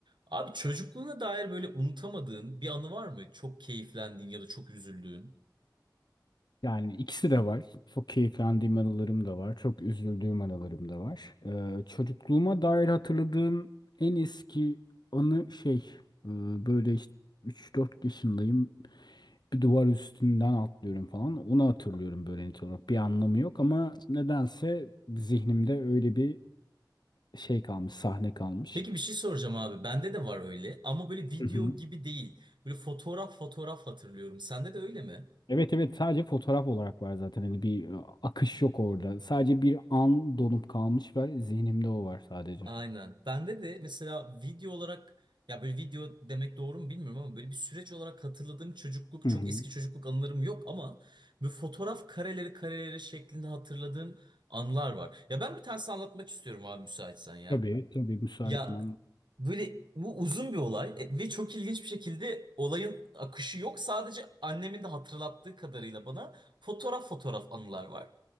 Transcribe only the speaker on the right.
Abi çocukluğuna dair böyle unutamadığın bir anı var mı? Çok keyiflendiğin ya da çok üzüldüğün.
Peki bir şey soracağım abi. Bende de var öyle ama böyle video
gibi değil. Böyle fotoğraf fotoğraf hatırlıyorum. Sende de öyle mi?
Aynen. Bende de mesela video olarak ya böyle video demek doğru mu bilmiyorum ama böyle bir süreç olarak hatırladığım çocukluk
çok
eski çocukluk anılarım yok ama bu fotoğraf kareleri kareleri şeklinde hatırladığım anlar var. Ya ben bir tanesini anlatmak istiyorum abi müsaitsen ya.
Ya
böyle bu uzun bir olay e, ve çok ilginç bir şekilde olayın akışı yok. Sadece annemin de hatırlattığı kadarıyla bana fotoğraf fotoğraf anılar var.